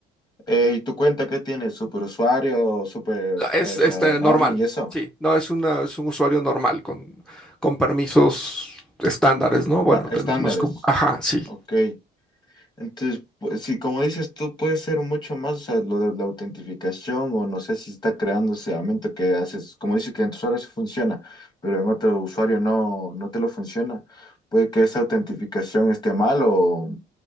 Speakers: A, on the left; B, in the centre.
A: Eh, ¿y tu cuenta qué tiene? ¿Superusuario, super,
B: es
A: eh, o
B: este
A: sea, admin
B: normal.
A: y eso?
B: Sí, no es una, es un usuario normal con, con permisos estándares, ¿no? Bueno,
A: Pa-
B: de
A: estándares.
B: los más comunes. Ajá, sí.
A: Ok. Entonces, pues, sí, como dices tú, puede ser mucho más, o sea, lo de la autentificación o no sé si está creándose aumento que haces, como dices que en tus usuarios funciona, pero en otro usuario no, no te lo funciona. Puede que esa autentificación esté mal o,